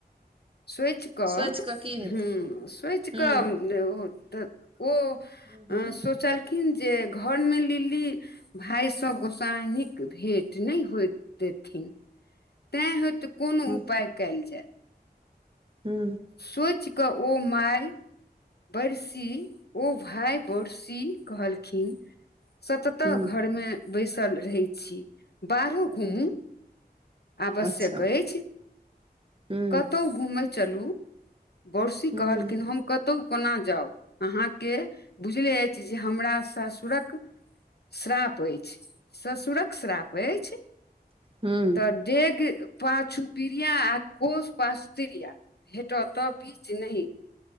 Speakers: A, on the left; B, on the right.
A: सोयच कऽ,
B: सोचि की हेतै
A: हूँ सोयचकऽ
B: हूँ
A: तऽ ओ
B: हूँ हूँ
A: अ सोचलखिन जे घर मे लिली भायसँ गोसाइनी कऽ भेट नहि होइत देथिन तै होते कोनो
B: हँ
A: उपाय कयल जाय
B: हू।
A: सोच ए कऽ ओ माय बड़सी ओ भाय बड़सी कहलखिन। सतत
B: हुँ
A: घरमे बैसल रहैत छी, बाहरो घूमू आवश्यक
B: अच्छा
A: छी।
B: हुँ
A: कतहु घुमै चलू बरसी
B: हुँ
A: कहलखिन हम कऽ कोना जाउ अहाँकेँ बुझले। ज हमरा ससुरक श्राप अछि ससुरक श्राप अछि।
B: हू
A: तऽ डेग पाछू बिरिया आ कोश पाछु तिरिया भेटत तब बीच नहि